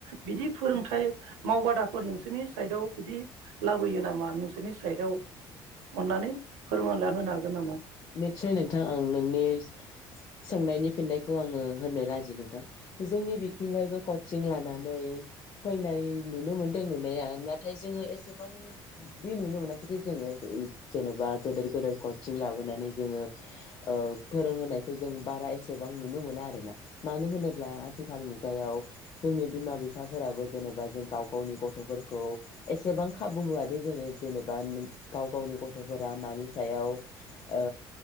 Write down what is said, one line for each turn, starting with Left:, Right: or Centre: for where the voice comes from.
Right: बिदि फोरोंथाइ मावबादाफोर नोंसोरनि साइदआव बिदि लाबोयो नामा नोंसोरनि साइदआव अननानै फोरमानला होनो हागोन नामा
Left: निसय नोंथां आं नोंनि सोंनायनि फिननायखौ आङो होननो राजि नोंथां जोंनि बिथिं बायबो कचिं लानानै फैनाय नुनो मोनदों नुनाया नाथाय जोङो एसेबां बे नुनो मोनाखैदि जोङो जेन'बा गोदोर गोदोर कचिं लाबो नानै जोंङो ओ फोरोंहोनायखौ जोंङो बारा एसेबां नुनो मोना आरो ना मानो होनो ब्ला आथिखाल मुगायाव जोंनि बिमा बिफाफोराबो जेनेबा जों गाव गावनि गथ'फोर खौ एसेबां खाबु होआदि जोङो जेनेबा नों गाव गावनि गथ'फोरा मानि सायाव ओ